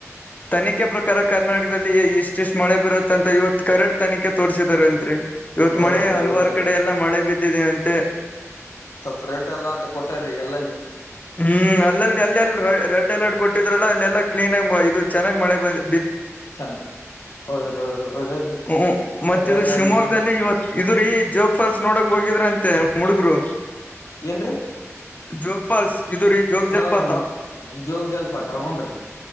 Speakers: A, on the left; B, on the left.
A: ತನಿಖೆ ಪ್ರಕಾರ ಕರ್ನಾಟಕದಲ್ಲಿ ಇಷ್ಟ ಇಷ್ಟ್ ಮಳೆ ಬರುತ್ತ ಅಂತ ಇವತ್ ಕರೆಟ್ ತನಿಖೆ ತೋರಸಿದಾರ ಅಂತ್ರಿ. ಇವತ್
B: ಹೌದ್ರಿ
A: ಮಳೆ ಹಲವಾರ
B: ಹೌದ್ರಿ
A: ಕಡೆ ಎಲ್ಲಾ ಮಳೆ ಬಿದ್ದಿದೆ ಅಂತೆ.
B: ಸ್ವಲ್ಪ ರೆಡ್ ಅಲಾಟ್ ಕೊಟ್ಟಾರೀ ಎಲ್ಲಲ್ಲಿ
A: ಹು ಅಲ್ಲಲ್ಲಿ ಅಲ್ಲೆಲ್ಲಿ ರೆಡ್ ಅಲರ್ಟ್ ಕೊಟ್ಟಿದ್ರಲ್ಲ ಅಲ್ಲೆಲ್ಲ ಕ್ಲೀನ್ ಆಗ ಇದು ಚೆನ್ನಾಗ್ ಮಳೆ ಬಂದ.
B: ಚಂದ ಹೌದ್ರಿ ಹೌದ್ರಿ ಒಳ್ಳೇದ್ರಿ
A: ಹು ಹು ಮತ್ತ
B: ಅದ
A: ಇದು
B: ಅದ
A: ಶಿವಮೊಗ್ಗದಲ್ಲಿ
B: ಅಲ್ಲಿಂದ್ರ
A: ಇವತ್ ಇದ್ರೀ ಜೋಗ ಫಾಲ್ಸ್ ನೋಡಕ್ ಹೋಗಿದ್ರ ಅಂತೆ. ನಮ್ಮ ಹುಡುಗ್ರು.
B: ಏನ್ರೀ
A: ಜೋಗ್ ಫಾಲ್ಸ್ ಇದು ರೀ ಜೋಗ್
B: ಹ್ಮ
A: ಜಲಪಾತ
B: ಜೋಗ ಜಾಲ್ಪಾತ ಹುಂನ್ರೀ